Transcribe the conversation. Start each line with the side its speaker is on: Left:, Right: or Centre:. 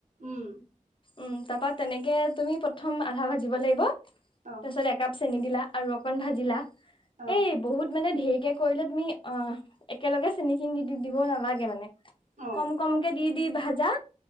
Right: উম
Left: উম, তাৰপা তেনেকে তুমি প্ৰথম আধা ভাজিব লাগিব। তাৰপিছত
Right: অ'
Left: একাপ চেনী দিলা আৰু অকন ভাজিলা,
Right: অ'
Left: এই বহুত মানে দী ধেৰিকে কৰিলে তুমি অ' একেলগে চেনখিনি দি দি দিব নালাগে মানে,
Right: অ'
Left: কম কমকে দি দি ভাজা